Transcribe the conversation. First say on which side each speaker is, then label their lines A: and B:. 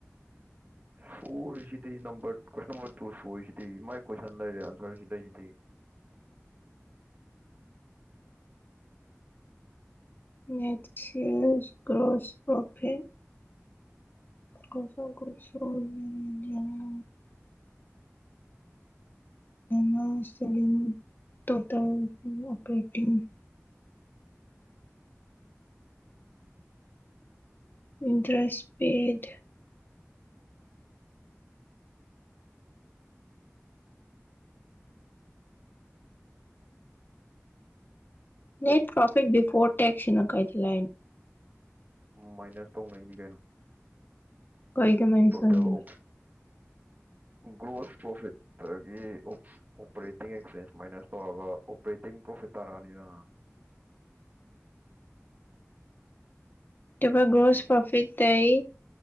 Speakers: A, on the right (about 35°); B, on the left (about 40°).
A: ꯁꯣꯔꯤꯁꯤꯗꯤ ꯅꯝꯕꯔ ꯀꯣꯏꯁꯟ ꯅꯝꯕꯔ ꯇꯨ ꯁꯔꯤꯁꯤꯗꯤ ꯃꯥꯏ ꯀꯣꯏꯁꯟ ꯂꯩꯔꯦ ꯑꯟꯁꯔꯁꯤ ꯂꯩꯁꯤꯗꯤ
B: <unintelligible> ꯒ꯭ꯔꯣꯁ ꯄ꯭ꯔꯣꯐꯤꯠ <unintelligible> ꯅꯥ ꯁꯂꯤꯟ <unintelligible> operating <unintelligible> ꯏꯟꯇ꯭ꯔꯁ paid net profit before tax ꯁꯤꯅ ꯀꯥꯏꯗꯩꯩ ꯂꯥꯛꯏꯅꯣ
A: ꯃꯥꯏꯅꯔ ꯇꯧꯅꯩꯅꯤ ꯀꯩꯅꯣ
B: ꯀꯩꯗ ꯃꯌꯨꯝ
A: ꯇꯣꯇꯦꯜ
B: ꯆꯠꯂꯤꯕ
A: ꯒ꯭ꯔꯣꯁ ꯄ꯭ꯔꯣꯐꯤꯠꯇꯒꯤ ꯑꯣꯄꯔꯦꯇꯤꯡ ꯑꯦꯛꯆꯦꯟꯁ ꯃꯥꯏꯅꯁ ꯇꯧꯔꯒ ꯑꯣꯄꯔꯦꯇꯤꯡ ꯄ꯭ꯔꯣꯐꯤꯠ ꯇꯥꯔꯛꯑꯅꯤꯗ
B: <unintelligible> ꯒ꯭ꯔꯣꯁ ꯄ꯭ꯔꯣꯐꯤꯠꯇꯩ